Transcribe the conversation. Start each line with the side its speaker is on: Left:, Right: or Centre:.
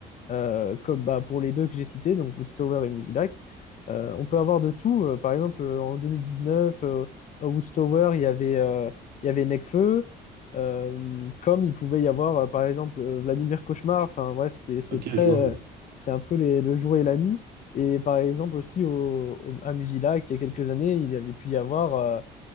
Left: euh, comme bah, pour les deux que j'ai cités, donc Woodstower et Musilac. Euh, on peut avoir de tout. euh, par exemple, euh, en 2019, euh, à Woodstower, il y avait, euh, il y avait Nekfeu, euh, comme il pouvait y avoir, euh, par exemple, euh, Vladimir Cauchemar. Enfin, bref, c'est c'est
Right: Ok,
Left: très,
Right: je
Left: euh,
Right: vois, oui.
Left: c'est un peu les- le jour et la nuit. Et par exemple, aussi au, au- à Musilac, il y a quelques années, il y avait pu y avoir. euh,